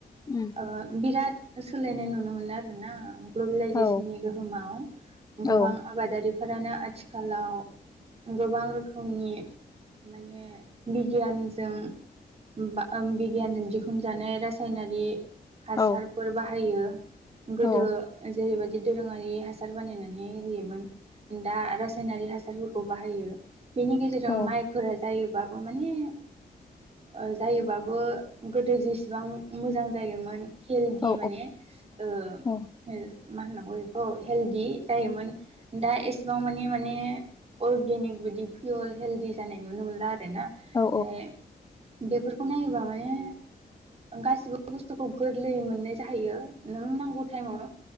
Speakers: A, on the left; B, on the right.
A: उम
B: ओ बिराद सोलायनाय नुनो मोनो आरो ना ग्लबेलाइजेसननि
A: औ
B: गोहोमाव गोबां
A: औ
B: आबादारि फोरानो आथिखालाव गोबां रोखोमनि माने बिगियानजों बा ओम बिगियानजों दिहुनजानाय रासायनारि हासारफोर
A: औ
B: बाहायो <inaudible> गोदो
A: औ
B: जेरैबाय दि दोरोङारि हासार बानायनानै होयोमोन दा रासायनारि हासारफोरखौ बाहायो। बेनि गेजेरजों
A: औ
B: माइफोरा जायोबा माने ओ जायोबाबो गोदो जेसेबां मोजां जायोमोन हेलदि
A: औ
B: माने ओ ओ
A: औ
B: मा होननांगौ इखौ हेलदि जायोमोन दा ए सिबां मानि माने अर्गेनिक बायदि पियर हेलदि जानाय नुनो मोनला आरो ना
A: औ
B: ओ बेफोरखौ नायोबा माने गासिबो बुस्थुखौ गोरलैयै मोननाय जाहैयो। नों नांगौ थाइमाव